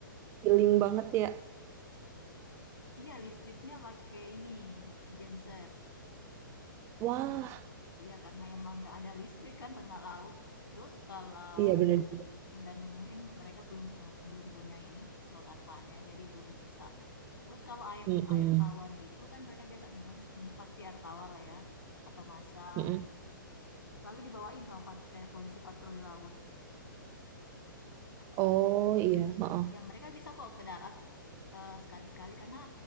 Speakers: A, on the right; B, on the left.
A: healing banget ya.
B: Iya, listriknya pakai ini, genset.
A: Wah
B: Mmm, iya, karena emang nggak ada listrik kan tengah laut. Terus kalau
A: iya bener juga.
B: dan mungkin mereka belum pu belum punya ini, solar panel, jadi belum bisa. Terus kalau air
A: Mm-mm.
B: air tawar gitu kan mereka biasa minum minum pasti air tawar lah ya, atau masak,
A: Mm-mm.
B: lalu dibawain sama pat eee, polisi patroli laut.
A: Oh iya. Heeh.
B: Ya, mereka bisa kok ke darat, eee, sekali-sekali karena,